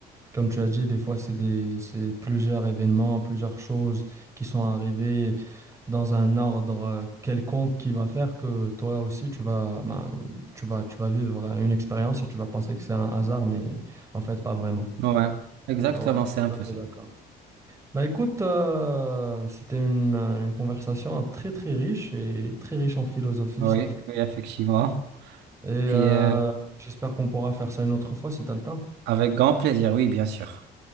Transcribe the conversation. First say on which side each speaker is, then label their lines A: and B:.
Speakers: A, on the right; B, on the right.
A: comme tu as dit, des fois c'est des, c'est plusieurs événements, plusieurs choses qui sont arrivées dans un ordre euh, quelconque qui va faire que toi aussi tu vas, ben, tu vas, tu vas vivre une expérience et tu vas penser que c'est un hasard, mais en fait pas vraiment.
B: ouais, exactement,
A: Euh, ouais,
B: c'est
A: tout
B: un peu
A: à fait
B: ça.
A: d'accord. Bah écoute, euh, c'était une, euh, une conversation hein, très très riche et très riche en philosophie,
B: Oui,
A: ça, je trouve.
B: oui, effectivement.
A: Et euh,
B: Et euh,
A: j'espère qu'on pourra faire ça une autre fois si t'as le temps.
B: avec grand plaisir, oui, bien sûr.